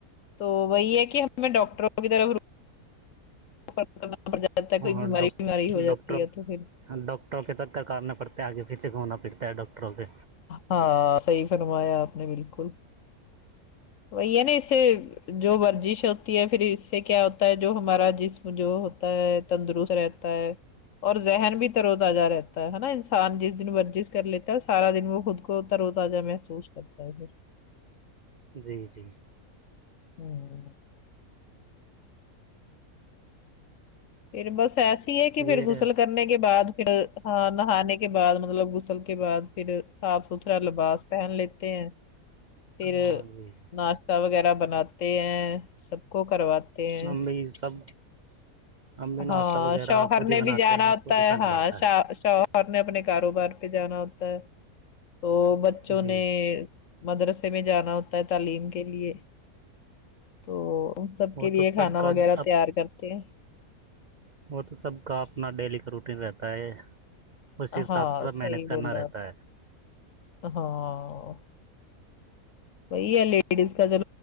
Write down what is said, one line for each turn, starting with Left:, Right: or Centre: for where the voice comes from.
Left: تو وہی ہے کہ ہم ڈاکٹروں کی طرف کرنا پڑ جاتا ہے
Right: ہاں
Left: کوئی بیماری
Right: ڈاک
Left: وماری ہو جاتی
Right: ڈاکٹر
Left: ہے تو پھر
Right: ڈاکٹروں کے تکرارنے پڑتے ہیں آگے پیچھے گھومنا پھرتا ہے ڈاکٹروں کے
Left: ہاں صحیح فرمایا آپ نے بالکل وہی ہے نا اسسے جو ورزش ہوتی ہے پھر اس سے کیا ہوتا ہے جو ہمارا جسم جو ہوتا ہے تندرست رہتا اور ذہن بھی ترو تازہ رہتا ہے نا انسان جس ن ورزش کر لیتا ہے سارا دن وہ خود کو ترو تزہ محسوس کرتا ہے پھر
Right: جی جی
Left: ہوں ہوں پھر بس ایسی ہے کہ پھر
Right: یہ
Left: غسل کرنے کے بعد پھر ہاں نہانے کے بعد مطلب غسل کے بعد پھر صاف ستھرا لباس پہن لیتے ہیں پھر
Right: ہاں جی جی
Left: ناشتہ وغیرہ بناتے ہیں سب کو کرواتے ہیں
Right: ہم سب ہم بھی ناشتہ
Left: ہاں
Right: وغیرہ
Left: شوہر
Right: خود
Left: نے
Right: ہی بناتے
Left: بھی جانا
Right: ہیں
Left: ہوتا
Right: خود ہی
Left: ہے
Right: کھانا
Left: ہاں
Right: پڑتا
Left: شا شوہر نے اپنے کاروبار پہ جانا ہوتا ہے تو بچوں
Right: ہے جی
Left: نے مدرسے میں جانا ہوتا ہے تعلیم کے لیے تو سب
Right: وہ
Left: کے لیے
Right: تو سب
Left: کھانا
Right: کا
Left: وغیرہ
Right: اب
Left: تیار کرتے ہیں
Right: وہ تو سب کا اپنا ڈیلی کا روٹین رہتا ہے اسی حساب
Left: ہاں
Right: سے سب
Left: صحیح
Right: مینیج کرنا
Left: بولا
Right: رہتا ہے
Left: ہاں وہی ہے لیڈیز کا جو